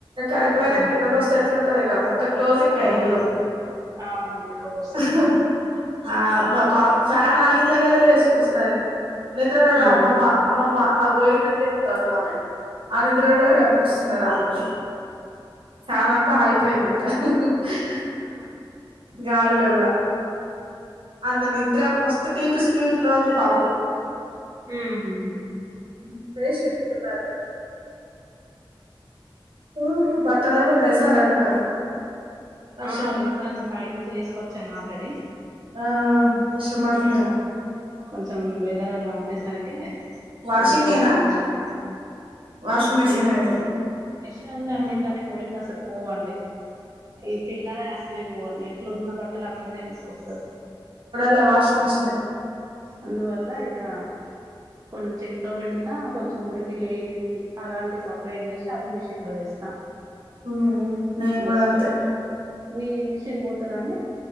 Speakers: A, on the right; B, on the right.
A: కరెంట్ పోయినాక
B: ఆహా
A: కిందకొస్తే ఎట్లుంటదిగ మొత్తం త క్లోసింగే
B: అవును
A: ఇల్లు
B: అవునవును ఉడకపోస్తది
A: <unintelligible>
B: బాగా
A: ఆవు మా పాప ఫ్యాన్ అగిందో లేదో లేసి కూర్సునది నిడ్రకూడ
B: ఉహు
A: అమ్మ పా అమ్మమ్మ ఆ పోయిందని చెప్తా ఉన్న ఆమె ఆ నిద్రలో కూడా కనిపిస్తున్నది ఆమెకు చానంతా అయిపోయిందంట <unintelligible>
B: <unintelligible>
A: గాలిలో గుడా అంత నిద్ర మస్తు టీపి స్లీప్లో ఉంది పాపం
B: ఉహుహుహు
A: <unintelligible> చెప్తున్నారు <inaudible> బట్టలేమన్న ఏసారండి మరి వర్షం
B: ఆ వేసాండి పై నుంచి తీస్కొచ్చాను ఆల్రెడీ
A: ఆ వర్షం పడుతుందేమో
B: ఉమ్ కొంచెం వెదర్ అలా ఉండేసరికి
A: వాషింగేనా
B: వెళ్లి తీస్కొచ్చాను
A: వాషింగ్
B: ఆ
A: మెషిన్
B: చేత్తో
A: వేసా
B: మిషన్ ఉందండి
A: ఉమ్
B: కానీ మురికసలు పోవండి ఈ పిల్లలై అసలే పోవండి ఎట్లున్న బట్టలట్ల నే తీసుకొస్తారు
A: ల వాషింగ్ మిషిన్
B: అందువల్ల ఇగా కొన్ని చేతో పిండుతా కొంచెం మురికి లేనివి అలాంటి సపరేట్ చేసి అవి మిషిన్ లో వేస్తా
A: ఊఉ నేను
B: జస్ట్
A: గూడ అంతే
B: మీ మిషన్ పోతుందా అండి